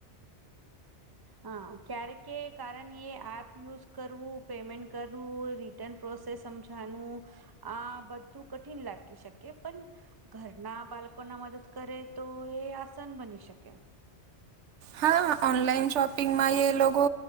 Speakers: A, on the right; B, on the right.
A: હા. ક્યારે કે કારણ ઈ એ આપ યુઝ કરવું, પેમેન્ટ કરવું, રિટર્ન પ્રોસેસ સમજાનું. આ બધું કઠિન લાગી શકે, પણ ઘરના બાલકો ના મદદ કરે, તો એ આસાન બની શકે.
B: હા, ઓનલાઈન શોપિંગ માં એ લોગો